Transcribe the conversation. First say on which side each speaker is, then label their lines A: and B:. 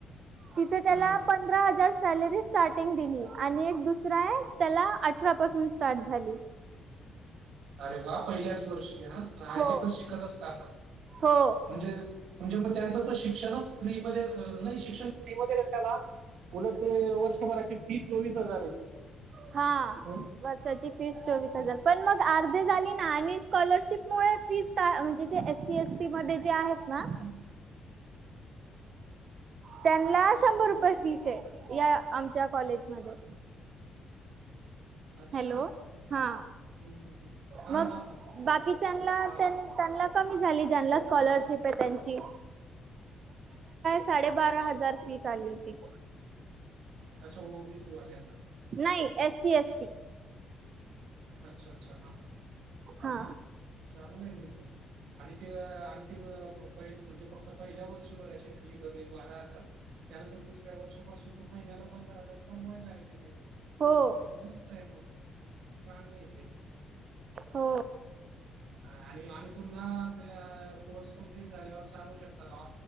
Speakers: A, on the right; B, on the right.
A: तिथे त्याला
B: हां, हां.
A: पंधरा हजार सॅलरी- स्टार्टिंग दिली. आणि एक दुसरा आहे त्याला अठरा पासून स्टार्ट झाली.
B: अरे वा! पहिल्याच वर्षी ह. आणि
A: हो.
B: ते पण शिकत असताना.
A: हो
B: म्हणजे म्हणजे मग त्याचं तर शिक्षणच फ्रीमध्ये नाही शिक्षण फ्रीमध्ये कशाला? उलट ते वर्षभराची फी चोवीस हजार आहे.
A: हा
B: हं.
A: वर्षाची फीस चोवीस हजार
B: अ,
A: पण मग अर्धे झाली ना आणि स्कॉलरशिप मु फीस का म्हणजे जे एस सी एस- मध्ये जे आहेत ना.
B: ह.
A: त्यांना शंभर
B: हं, हं, हं.
A: रुपये फीस आहे या आमच्या कॉलेजमध्येध्ये
B: अच्छा.
A: हॅलो हा
B: हं, हं, हं. हां,
A: मग
B: हां, हां.
A: बाकीच्या
B: हां.
A: त्यांना कमी झाली ज्यांना स्कॉलरशिप आहे त्याची.. साडेबारा
B: अच्छा, अच्छा.
A: हजार फीस आली होती.
B: अच्छा ओबीसी वाल्या्यांना
A: नाही एस सी एस टी
B: अच्छा अच्ा हा हा.
A: हा.
B: चांगलं म्हजे ग. आणि ते आणि ते म्हणजे फक्त पहिल्या वर्षभराची फी भरली बारा हजार त्यानंतर दुसऱ्या वर्षपासून तर महिन्याला पंधरा हजार कमवायला लागले ते
A: हो.
B: बस्त आहे म चांगलं येत.
A: हो.
B: आणि आ्ही पुन्हा कोर्स कंप्लीट झाल्यावर सांगू शकता.